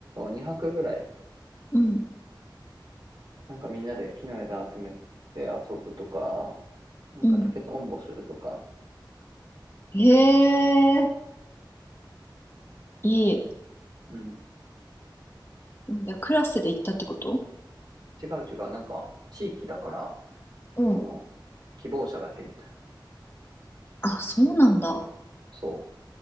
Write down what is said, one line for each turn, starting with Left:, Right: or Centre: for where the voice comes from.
Right: 2泊ぐらい、
Left: うん、
Right: なんかみんなで木の枝集めて遊ぶとか、なんか竹とんぼするとか、
Left: うん。えー、いい。
Right: うん。
Left: うんじゃあクラスで行ったってこと
Right: 違う違う。なんか、地域だから、
Left: うん。
Right: その、希望者だけみたいな。
Left: あ、そうなんだ。
Right: そ